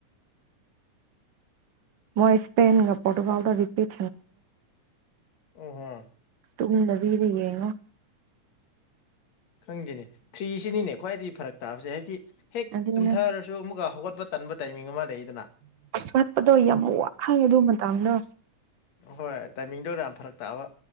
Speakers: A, on the right; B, on the left.
A: ꯃꯣꯏ ꯏꯁꯄꯦꯟꯒ ꯄꯣꯇꯨꯒꯜꯗꯔꯤꯄꯤꯠ
B: ꯑꯣꯍꯣ
A: ꯇꯨꯝꯗꯕꯤꯗ ꯌꯦꯡꯉꯣ
B: ꯈꯪꯗꯅꯤ ꯈ꯭ꯔꯤꯁꯤꯅꯤꯅꯦ ꯈ꯭ꯋꯥꯏꯗꯒꯤ ꯐꯔꯛ ꯇꯥꯕꯁꯦ ꯍꯥꯏꯗꯤ ꯍꯦꯛ
A: ꯑꯗꯨꯅ
B: ꯇꯨꯝꯊꯔꯁꯨ ꯑꯃꯨꯛꯀ ꯍꯧꯒꯠꯄ ꯇꯟꯕ ꯇꯥꯏꯃꯤꯡ ꯑꯃ ꯂꯩꯅꯤ
A: ꯋꯥꯠꯄꯗꯣ ꯌꯥꯝ ꯋꯥꯍꯩ ꯑꯗꯨ ꯃꯇꯥꯡꯗ
B: ꯍꯣꯏ ꯇꯥꯏꯃꯤꯡꯗꯣꯔ ꯌꯥꯝ ꯐꯔꯛ ꯇꯥꯕ